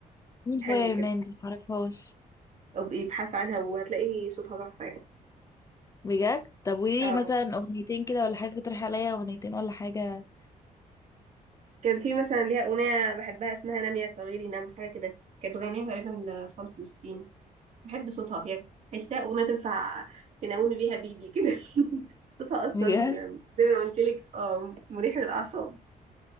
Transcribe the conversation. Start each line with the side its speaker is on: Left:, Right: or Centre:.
Left: مين
Right: حلو
Left: فيا يونان
Right: كده
Left: دي معرفهاش
Right: او بقي ابحث عنها وهتلاقي صوتها تحفه يعني
Left: بجد طب قوليلي
Right: اه
Left: مثلا اغنيتين كده ولا حاجة تقترحي عليا اغنيتين ولا حاجة
Right: كان في مثلا ليها اغنيه بحبها اسمها نام يا صغيري نام حاجه كده كانت بتغنيها تقريبا لاطفال فلسطين بحب صوتها فيها تحسها اغنيه تنفع تنومي بيها بيبي كده <laughs> صوتها اصلا
Left: بجد
Right: زي ما قلت لك اه مريح للاعصاب